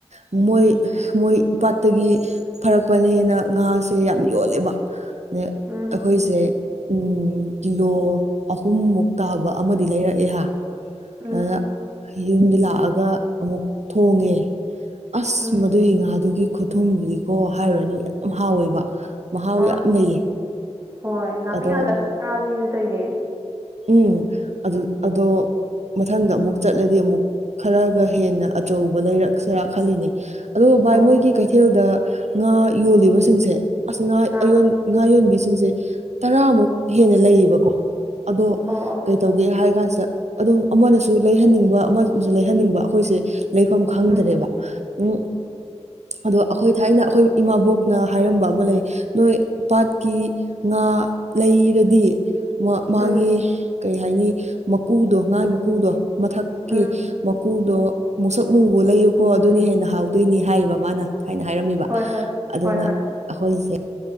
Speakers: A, on the right; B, on the right.
A: ꯃꯣꯏ ꯃꯣꯏ ꯄꯥꯠꯇꯒꯤ ꯐꯔꯛꯄꯅꯦꯅ ꯉꯥꯁꯦ ꯌꯥꯝ ꯌꯣꯜꯂꯦꯕ ꯗꯩ
B: ꯎꯝ
A: ꯑꯩꯈꯣꯏꯁꯦ ꯎꯝ ꯀꯤꯂꯣ ꯑꯍꯨꯝꯃꯨꯛ ꯇꯥꯕ ꯑꯃꯗꯤ ꯂꯩꯔꯛꯑꯦ ꯍꯥ
B: ꯎꯝ
A: ꯑꯗꯨꯗ ꯌꯨꯝꯗ ꯂꯥꯛꯑꯒ ꯑꯃꯨꯛ ꯊꯣꯡꯉꯦ ꯑꯁ
B: ꯎꯝ
A: ꯃꯗꯨꯏ ꯉꯥꯗꯨꯒꯤ ꯈꯨꯠ ꯊꯨꯝꯗꯨꯗꯤꯀꯣ ꯍꯥꯏꯔꯨꯔꯅꯨ ꯌꯥꯝ ꯍꯥꯎꯋꯦꯕ ꯃꯍꯥꯎ
B: ꯑꯥ
A: ꯌꯥꯝ ꯂꯩꯌꯦ
B: ꯍꯣꯏ ꯅꯥꯄꯤ
A: ꯑꯗꯣ
B: ꯉꯥꯛꯇ ꯆꯥꯕꯅꯤꯅ ꯇꯩꯅꯦ
A: ꯎꯝ ꯑꯗꯨ ꯑꯗꯣ ꯃꯊꯪꯗ ꯑꯃꯨꯛ ꯆꯠꯂꯗꯤ ꯑꯃꯨꯛ ꯈꯔꯒ ꯍꯦꯟꯅ ꯑꯆꯧꯕ ꯂꯩꯔꯛꯁꯤꯔ ꯈꯜꯂꯤꯅꯦ ꯑꯗꯨꯒ ꯚꯥꯏ
B: ꯍꯣꯏ
A: ꯃꯣꯏꯒꯤ ꯀꯩꯊꯦꯜꯗ ꯉꯥ ꯌꯣꯜꯂꯤꯕꯁꯤꯡꯁꯦ ꯑꯁ ꯉꯥ
B: ꯑꯥ
A: ꯑꯌꯣꯟ ꯉꯥ ꯌꯣꯟꯕꯤꯁꯤꯡꯁꯦ ꯇꯔꯥꯃꯨꯛ ꯍꯦꯟꯅ ꯂꯩꯌꯦꯕꯀꯣ ꯑꯗꯣ
B: ꯑꯣ ꯑꯣ
A: ꯀꯩꯇꯧꯒꯦ ꯍꯥꯏ ꯀꯥꯟꯁꯤꯗ ꯑꯗꯨꯝ ꯑꯃꯅꯁꯨ ꯂꯩꯍꯟꯅꯤꯡꯕ ꯑꯃꯅꯁꯨ ꯂꯩꯍꯟꯅꯤꯡꯕ ꯑꯩꯈꯣꯏꯁꯦ ꯂꯩꯐꯝ ꯈꯪꯗ꯭ꯔꯦꯕ
B: ꯎꯝ
A: ꯎꯝ ꯑꯗꯣ ꯑꯩꯈꯣꯏ ꯊꯥꯏꯅ ꯑꯩꯈꯣꯏ ꯏꯃꯥꯕꯣꯛꯅ ꯍꯥꯏꯔꯝꯕ ꯑꯃ ꯂꯩ ꯅꯣꯏ ꯄꯥꯠꯀꯤ ꯉꯥ ꯂꯩꯔꯗꯤ ꯃꯥꯒꯤ
B: ꯎꯝ
A: ꯀꯩ ꯍꯥꯏꯅꯤ ꯃꯀꯨꯗꯣ ꯉꯥ ꯃꯀꯨꯗꯣ ꯃꯊꯛꯀꯤ
B: ꯎꯝ
A: ꯃꯀꯨꯗꯣ ꯃꯨꯁꯛ ꯃꯨꯕ ꯂꯩꯌꯨꯀꯣ ꯑꯗꯨꯅ ꯍꯦꯟꯅ ꯍꯥꯎꯗꯣꯏꯅꯤ ꯍꯥꯏꯕ ꯃꯥꯅ ꯍꯥꯏꯅ ꯍꯥꯏꯔꯝꯃꯤꯕ
B: ꯍꯣꯏ ꯍꯣꯏ
A: ꯑꯗꯨꯅ
B: ꯍꯣꯏ ꯍꯣꯏ
A: ꯑꯩꯈꯣꯏꯁꯦ